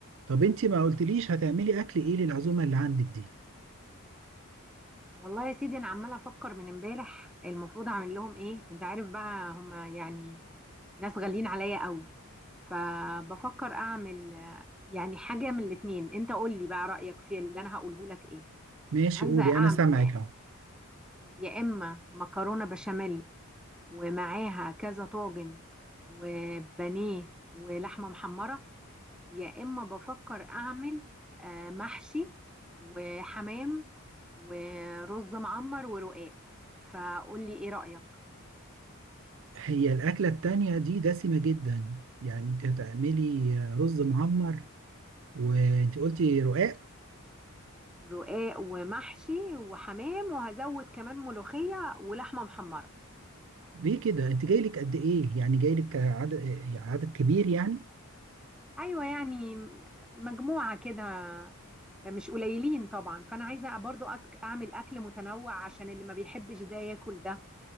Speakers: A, on the right (about 60°); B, in the centre.
A: طب انت ما قلتليش هتعملي اكل ايه للعزومه اللي عندك دي
B: والله يا سيدي انا عماله افكر من امبارح المفروض اعمل لهم ايه انت عارف بقى هما يعني ناس غاليين عليا قوي فبفكر اعمل آه، يعني حاجه من الاتنين انت قول لي بقى رايك في اللي انا هقوله لك ايه
A: ماشي
B: عايزه
A: قولي
B: اعمل
A: انا سامعك
B: يا
A: اهو
B: يا اما مكرونه بشاميل ومعاها كذا طاجن وبانيه ولحمه محمره يا إما بفكر أعمل آه، محشي وحمام ورز معمر ورقاق فقولي إيه رأيك
A: هي الاكله التانية دي دسمه جدا يعني انت هتعملي رز معمر وانت قلتي رقاق
B: رقاق ومحشي وحمام وهزود كمان ملوخية ولحمة محمرة
A: ليه كده انت جايلك قد ايه يعني جايلك عدد عدد كبير يعني
B: أيوة يعني م- مجموعة كده مش قليلين طبعا فأنا عايزة برضو أك- أعمل أكل متنوع عشان اللي ما بيحبش ده ياكل ده